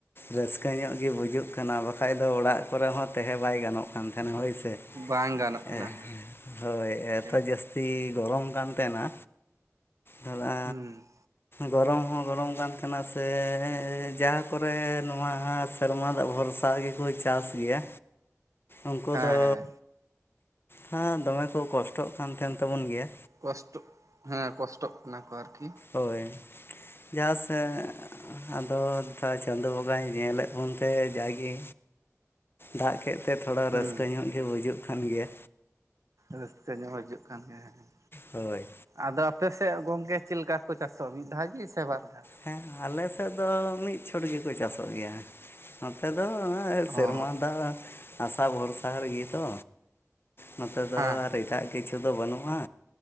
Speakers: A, on the left; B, on the right.
A: ᱨᱟᱹᱥᱠᱟᱹ ᱧᱚᱜ ᱜᱮ ᱵᱩᱡᱩᱜ ᱠᱟᱱᱟ ᱵᱟᱠᱷᱟᱡ ᱫᱚ ᱚᱲᱟᱜ ᱠᱚᱨᱮ ᱦᱚᱸ ᱛᱟᱸᱦᱮ ᱵᱟᱭ ᱜᱟᱱᱚᱜ ᱠᱟᱱ ᱛᱟᱦᱮᱱ ᱦᱳᱭ ᱥᱮ᱾
B: ᱵᱟᱝ ᱜᱟᱱᱚᱜ
A: ᱦᱮᱸ
B: ᱠᱟᱱᱟ
A: ᱦᱮᱸ, ᱦᱳᱭ ᱮᱛᱚ
B: ᱴᱷᱤᱠ
A: ᱡᱟᱹᱥᱛᱤ ᱜᱚᱨᱚᱢ ᱠᱟᱱ ᱛᱟᱦᱮᱱᱟ, ᱦᱚᱞᱟ,
B: ᱦᱩᱸ
A: ᱜᱚᱨᱚᱢ ᱦᱚᱸ ᱜᱚᱨᱚᱢ ᱠᱟᱱ ᱛᱟᱦᱮᱱᱟ ᱥᱮ ᱡᱟᱦᱟᱸ ᱠᱚᱨᱮ ᱱᱚᱣᱟ ᱥᱮᱨᱢᱟ ᱫᱟᱜ ᱵᱷᱚᱨᱥᱟᱜ ᱜᱮ, ᱦᱳᱭ ᱪᱟᱥ ᱜᱮᱭᱟ᱾ ᱩᱱᱠᱩ
B: ᱦᱮᱸ
A: ᱫᱚ,
B: ᱦᱮᱸ
A: ᱦᱚᱸ ᱫᱚᱢᱮ ᱠᱚ ᱠᱚᱥᱴᱚᱜ ᱠᱟᱱ ᱛᱟᱦᱮᱱ ᱛᱟᱵᱚᱱ ᱜᱮᱭᱟ᱾
B: ᱠᱚᱥᱴᱚᱜ, ᱦᱮᱸ ᱠᱚᱥᱴᱚᱜ ᱠᱟᱱᱟ ᱠᱚ ᱟᱨᱠᱤ᱾
A: ᱦᱳᱭ ᱡᱟᱦᱟᱸ ᱡᱟᱥᱴ ᱟᱫᱚ ᱡᱟ ᱪᱟᱸᱫᱚ ᱵᱚᱸᱜᱟᱭ ᱧᱮᱞᱮᱫ, ᱚᱱᱛᱮ ᱡᱟᱜᱮ ᱫᱟᱜ ᱠᱮᱫ ᱛᱮ ᱛᱷᱚᱲᱟ
B: ᱦᱩᱸ
A: ᱨᱟᱹᱥᱠᱟᱹ ᱧᱚᱜ ᱜᱮ ᱵᱩᱡᱩᱜ ᱠᱟᱱ ᱜᱮᱭᱟ᱾
B: ᱨᱟᱹᱥᱠᱟᱹ ᱧᱚᱜ ᱵᱩᱡᱩᱜ ᱠᱟᱱ ᱜᱮᱭᱟ ᱦᱮᱸ ᱦᱮᱸ,
A: ᱦᱳᱭ,
B: ᱟᱫᱚ ᱟᱯᱮᱥᱮᱜ ᱜᱚᱝᱠᱮ ᱪᱮᱜᱞᱮᱟ ᱠᱚ ᱪᱟᱥᱚᱜ ᱢᱤᱫ ᱫᱷᱟ ᱜᱮ ᱥᱮ ᱵᱟᱨ ᱫᱷᱟᱣ᱾
A: ᱦᱮᱸ ᱟᱞᱮ ᱥᱮᱫ ᱫᱚ ᱢᱤᱫ ᱪᱷᱚᱴ ᱜᱮᱠᱚ ᱪᱟᱥᱚᱜ ᱜᱮᱭᱟ᱾ ᱱᱚᱛᱮ ᱫᱚ, ᱥᱮᱨᱢᱟ
B: ᱚ
A: ᱫᱟᱜ ᱟᱥᱟ ᱵᱷᱚᱨᱥᱟ ᱨᱮᱜᱮ ᱛᱚ᱾ ᱱᱚᱛᱮ ᱫᱚ
B: ᱦᱮᱸ
A: ᱟᱨ ᱮᱴᱟᱜ ᱠᱤᱪᱷᱩ ᱫᱚ ᱵᱟᱹᱱᱩᱜᱼᱟ